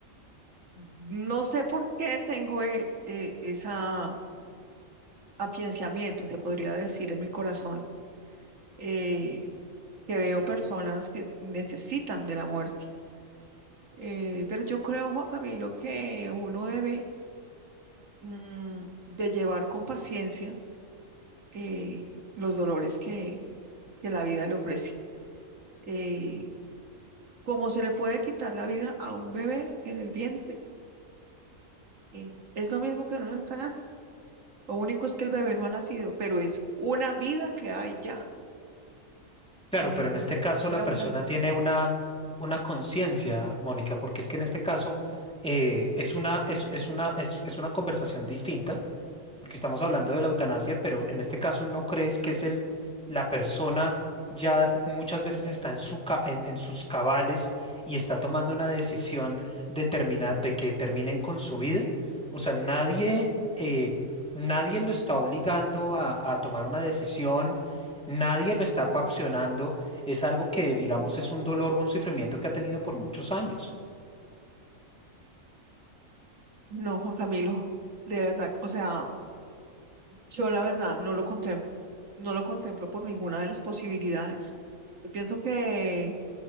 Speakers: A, on the right (about 70°); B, in the centre.
A: no sé por qué tengo eh, eh, esa afianzamiento, se podría decir, en mi corazón, eh, que veo personas que necesitan de la muerte. Eh, pero yo creo, Juan Camilo, que uno debe mm, de llevar con paciencia eh, los dolores que, que la vida le ofrece. Eh, como se le puede quitar la vida a un bebé en el vientre, eh, es lo mismo que en un eutanasia. Lo único es que el bebé no ha nacido, pero es una vida que hay ya.
B: Claro,
A: Eh,
B: pero en este caso
A: y
B: la
A: la
B: persona
A: eutanasia.
B: tiene una, una conciencia, Mónica, porque es que en este caso eh, es una, es, es una, es, es una conversación distinta porque estamos hablando de la eutanasia, pero en este caso no crees que es el, la persona ya muchas veces está en, su, ca- en, en sus cabales y está tomando una decisión de, termina- de que terminen con su vida. O sea, nadie, eh, nadie lo está obligando a, a tomar una decisión, nadie lo está coaccionando. Es algo que, digamos, es un dolor o un sufrimiento que ha tenido por muchos años.
A: No, Juan Camilo, de verdad, o sea, yo la verdad no lo contemplo. No lo contemplo por ninguna de las posibilidades. Yo pienso que